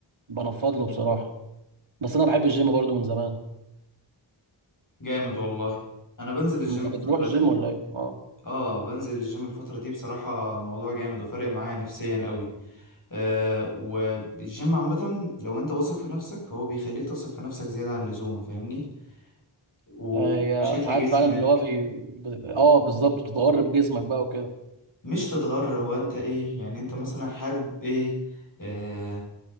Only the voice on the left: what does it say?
جامد والله انا بنزل الجيم
الفترة
دي
اه بنزل الجيم الفترة دي بصراحة الموضوع جامد وفارق معايا نفسيا قوي آه والجيم عامة لو انت واثق في نفسك فهو بيخليك تثق في نفسك زيادة عن اللزوم فاهمني وبشكل
جسمك
مش تتغر هو انت ايه يعني انت مثلا حابب ايه آه